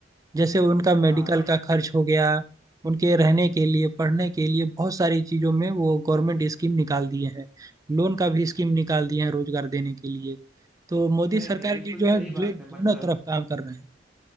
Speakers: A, on the right; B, in the centre.
A: जैसे उनका मेडिकल
B: हाँ नहीं
A: का खर्च हो गया उनके रहने के लिए पढ़ने के लिए बहुत सारी चीज़ों में वो गवर्नमेंट स्कीम निकाल दिए हैं लोन का भी स्कीम निकाल दिए हैं रोजगार देने के लिए तो मोदी
B: नहीं
A: सरकार
B: नहीं बिल्कुल
A: जी जो
B: सही
A: है
B: बात
A: जो दोनों
B: है मतलब
A: तरफ काम कर रहे हैं